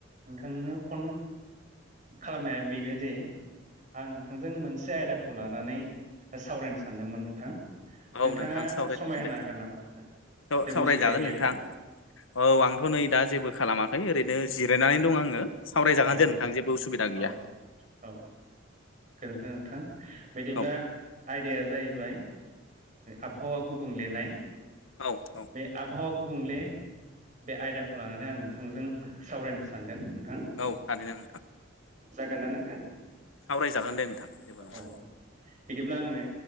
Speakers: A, on the right; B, on the left.
A: नोंथांनो फन खालामनाया बेनोदिे आं नोंथां नोंथांजों मोनसे आयदाखौ लानानै सावरायनो सानदोंमोन नोंथां
B: औ
A: नोंथाङा
B: नोंथां सावरायजागोन
A: समाय होनो
B: दे
A: हागोन नामा जेबो
B: सावरायजागोन
A: उसुबिदा गैयाब्ला
B: नोंथां औ आं बेखौ नै दा जेबो खालामाखै ओरैनो जिरायनानै दं आङो सावरायजागोन
A: औ
B: जे
A: औ
B: नोंथां जेबो उसुबिदा गैया
A: औ औ गोजोन्थों नोंथां बिदिब्ला
B: औ
A: आयदाया जाहैबाय आबहावा गुबुंलेनाय
B: औ औ
A: बे आबहावा गुबुंले बे आयदाखौ लानानै आं नोंथांजों सावरायनो सानदों नोंथां
B: औ थादों न नोंथां
A: जागोन ना नोंथां
B: सावरायजागोन दे नोंथां जेबो नङा
A: औ बिदिब्ला आङो